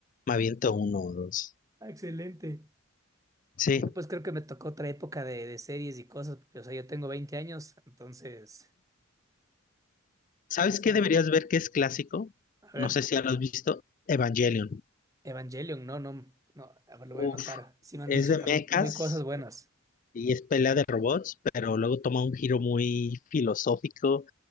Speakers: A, on the left (about 35°); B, on the right (about 15°).
A: me aviento uno o dos.
B: Ah, Excelente.
A: Sí.
B: Yo pues creo que me tocó otra época de, de series y cosas, porque o sea, yo tengo 20 años, entonces,
A: ¿Sabes
B: eh, sí,
A: qué deberías ver que es clásico?
B: a ver,
A: No sé si ya lo has visto, Evangelion.
B: Evangelion, no, no, no, a ver, lo
A: Uf,
B: voy a anotar. Sí me han
A: es
B: dicho
A: de
B: también
A: mechas
B: muy cosas buenas.
A: y es pelea de robots, pero luego toma un giro muy filosófico